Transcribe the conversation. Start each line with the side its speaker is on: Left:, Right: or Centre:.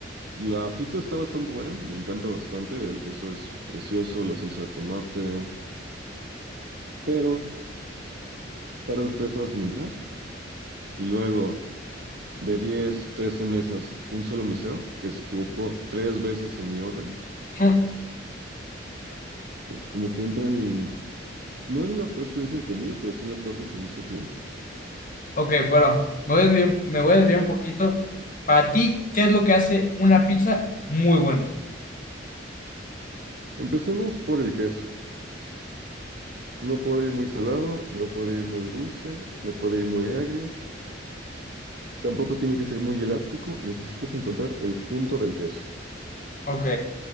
Right: la pizza está bastante buena, me encanta bastante, el queso es precioso, la salsa de tomate, pero tardas tres horas en entrar. Y luego, de 10, 13 mesas, un solo mesero, que se equivocó tres veces en mi orden,
Left: <laughs> Hmm,
Right: pues como que entran No en la peor experiencia de comida, pero sí en la peor de servicio al cliente.
Left: Ok, bueno, me voy a desviar, me voy a desviar un poquito. Para ti, ¿qué es lo que hace una pizza muy buena?
Right: Empecemos por el queso. No puede ir muy salado, no puede ir muy dulce, no puede ir muy agrio, tampoco tiene que ser muy elástico, necesitas encontrar el punto del queso.
Left: Ok,